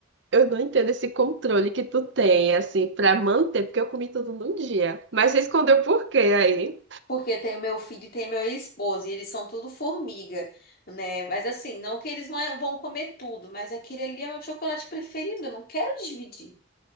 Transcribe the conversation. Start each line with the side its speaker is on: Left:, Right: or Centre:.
Right: Eu não entendo esse controle que tu tem, assim, pra manter, porque eu comi tudo num dia. Mas você escondeu por quê aí?
Left: Porque tem o meu filho e tem meu esposo, e eles são tudo formiga, né? Mas assim, não que eles vão vão comer tudo, mas aquele ali é meu chocolate preferido, eu não quero dividir.